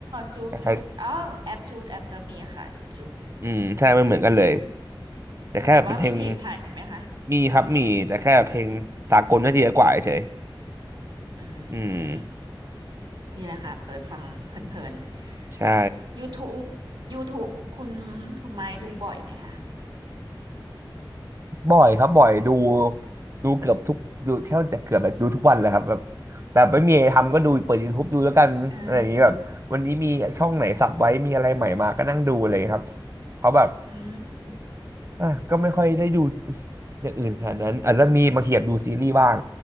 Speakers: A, on the right; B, on the right.
A: จุกจุกอ๋อแอปจูดแอมก็มีค่ะจุกอืมอืมอืม
B: คล้ายๆอืมใช่มันเหมือนกันเลยแต่แค่เป็นเพลง
A: แต่ว่ามีเพลงไทยไหมคะ
B: มีครับมีแต่แค่เพลงสากลน่าจะเยอะกว่าเฉย
A: อ๋ออื
B: อืม
A: มนี่แหละค่ะเปิดฟังเพลิน
B: ใช่
A: ๆ YouTube YouTube คุณคุณไม้ดูบ่อยไหมคะ
B: บ่อยครับบ่อยดูดูเกือบทุกดูแทบจะเกือบแบบดูทุกวันเลยครับแบบแต่ไม่มีอะไรทำก็ดูเปิด YouTube ดูแล้วกันอะไรอย่างนี้แบบวันนี้มีช่องไหนสับไว้มีอะไรใหม่มาก็นั่งดูอะไรอย่างนี้ครับ
A: อ่า
B: เพราะแบบ
A: อืม
B: อ่ะก็ไม่ค่อยได้ดูอย่างอื่นขนาดนั้นอาจจะมีบางทีแบบดูซีรีส์บ้าง